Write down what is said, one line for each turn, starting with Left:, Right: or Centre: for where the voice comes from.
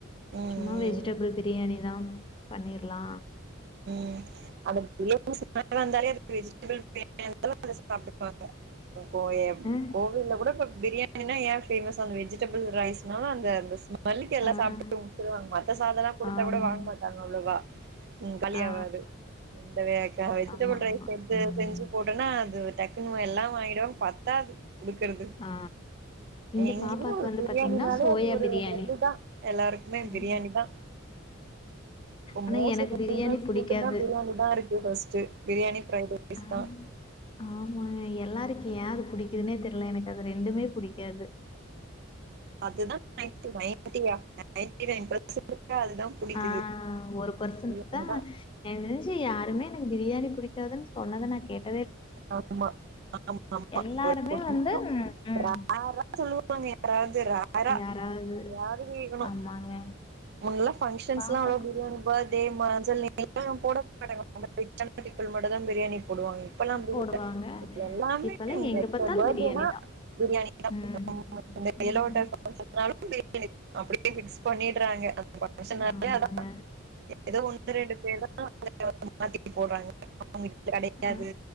Right: ம்
Left: சும்மா வெஜிடபிள் பிரியாணி தா பண்ணிரலா
Right: அ <unintelligible> வந்தாலே அது வெஜ் அவங்களுக்கு வேணுமா அத சாப்டுப்பாக கோயம்
Left: ஆ
Right: கோவில கூட இப்ப பிரியாணி பிரியாணி ஏன் ஃபேமஸ் அந்த வெஜிடபிள் ரைஸ்னா அந்தந்த மல்லிக்கு எல்லாம்
Left: ஆ
Right: சாப்ட்டு உட்டுருவாங்க மத்த சாதமெல்லாம் கொடுத்தா
Left: ஆமா.
Right: கூட வாங்க மாட்டாங்க அவ்வளோவா உம் கலியாவாது
Left: ஆ.
Right: இந்த வேக்கா வெஜிடபிள்
Left: ஆமா,
Right: ரைஸ்
Left: ஆமா.
Right: செஞ்
Left: ம்.
Right: செஞ்சு போட்டனா அது டக்குனு எல்லாம் வாங்கிடுவாங் பத்தாது குடுக்கறது
Left: ஆ. இங்க
Right: எங்கயுமே
Left: பாப்பாக்கு
Right: ஒரு
Left: வந்து
Right: பிரியாணினாலே
Left: பாத்தீங்கன்னா, சோயா
Right: அது ஒரு
Left: பிரியாணி.
Right: இதுதா எல்லாருக்குமே
Left: ம்.
Right: பிரியாணி தா இப்ப
Left: ஆனா
Right: மோஸ்ட்
Left: எனக்கு
Right: ஃபேமஸ்
Left: பிரியாணி புடிக்காது.
Right: புட்னா பிரியாணி தா இருக்கு ஃபர்ஸ்ட் பிரியாணி ஃப்ரைட் ரைஸ்
Left: ஆஹ்
Right: தா
Left: ஆமா எல்லாருக் ஏ அது புடிக்குதுனே தெரியல எனக்கு அது ரெண்டுமே புடிக்காது
Right: அதுதா நைன்டி நைன்டியா நைன்ட்டி நைன் பெர்ஸன்ட் அதுதா புடிக்குது
Left: ஆஹ் ஒரு பர்சன்ட்
Right: இவங்கதா
Left: தா எனக்கு தெரிச்சு யாருமே எனக்கு பிரியாணி புடிக்காதுன்னு சொ சொன்னத நா கேட்
Right: ஆமா ஆமா ஆமா
Left: எல்லாருமே
Right: கொஞ்சம்
Left: வந்து ம்.
Right: ரேரா சொல்வ சொல்வாங்க யாரது ரேரா
Left: யாராவது
Right: யாரும் கேட்கணும்
Left: ஆமாங்க.
Right: முன்னெல்லாம் ஃபங்ஷன்ஸ்
Left: பாப்பாக்கு
Right: எல்லாம் பிரியாணி பர்த் அதே மஞ்சள் <unintelligible> போட மாட்டாங்க <unintelligible> மட்டும்தா பிரியாணி போடு இப்பல்லாம் அப்டியில்ல
Left: போடுவாங்க.
Right: எல்லாமே
Left: இப்பல்லாம் எங்க
Right: பர்த்டேனா
Left: பார்த்தாலும் பிரியாணி தான்.
Right: பிரியாணி தான்
Left: ம்.
Right: <inaudible> <inaudible> <unintelligible> <unintelligible>
Left: ம்.
Right: அப்படியே ஃபிக்ஸ் பண்ணிடுறாங்க ஃபங்ஷனாலே
Left: ஆமாங்க.
Right: அதான் ஏதோ ஒன்னு ரெண்டு பேர் தான் <unintelligible> மாத்தி போடறாங்க அவங்களுக்கு கிடைக்காது
Left: அ